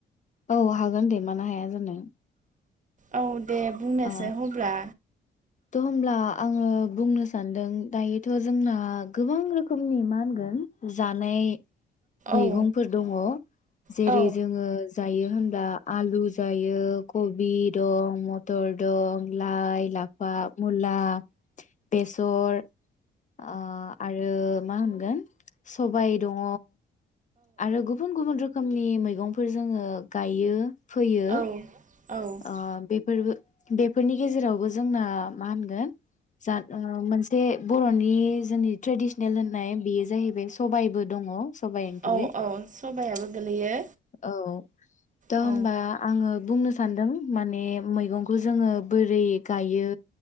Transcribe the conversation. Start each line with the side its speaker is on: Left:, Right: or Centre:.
Left: औ हागोन दे मानो हाया जानो।
Right: औ। दे बुंनोसो
Left: अ
Right: हब्ला।
Left: थ होमब्ला आङो बुंनो सानदों दायोथ' जोंना गोबां रोखोमनि मा होनगोन जानाय मैगंफोर
Right: औ
Left: दङ जेरै
Right: औ
Left: जोङो जायो होनब्ला आलु जायो कबि दं मथर दं लाय लाफ मुला बेसर। आ आरो। मा होनगोन सबाइ दङ आरो गुबुन गुबुन रोखोमनि मैगंफोर जोङो गायो। फैयो
Right: औ औ
Left: आ बेफोरबो बेफोरनि गेजेरावबो जोंना मा होनगोन? जा ओ मोनसे बर'नि जोंनि ट्रेडिसनेल होननाय बेयो जाहैबाय। सबायाइबो दङ' सबाइ
Right: औ
Left: ग्रि
Right: औ सबायाबो गोलैयो
Left: औ दा
Right: औ
Left: होमबा आङो बुंनो सानदों मान मे मैगंखौ जोङो बोरै। गायो